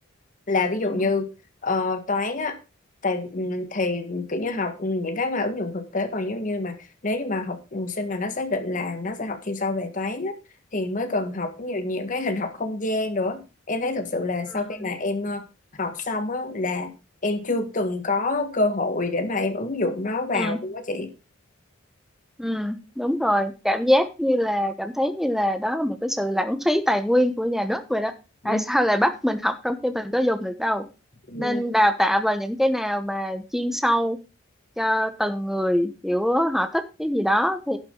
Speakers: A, on the left; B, in the centre.
A: là ví
B: Ừ.
A: dụ như ờ, toán á tại ừ, thì kiểu như học những cái mà ứng dụng thực tế còn giống như mà nếu như mà học ừ, sinh mà nó xác định là nó sẽ học chuyên sâu về toán á, thì mới cần học nhiều nhiều cái hình học không gian nữa em thấy thực sự là sau
B: ừ
A: khi
B: ừ
A: mà em ờ, học xong á là em chưa từng có cơ hội để mà em ứng dụng nó vào
B: ừ
A: luôn á chị
B: Ừ, đúng rồi, cảm giác như là cảm thấy như là đó là một cái sự lãng phí tài nguyên của nhà nước vậy đó.
A: Ừ.
B: Tại sao lại bắt mình học trong khi mình có dùng được đâu?
A: Ừ.
B: Nên đào tạo vào những cái nào mà chuyên sâu cho từng người, kiểu họ thích cái gì đó thì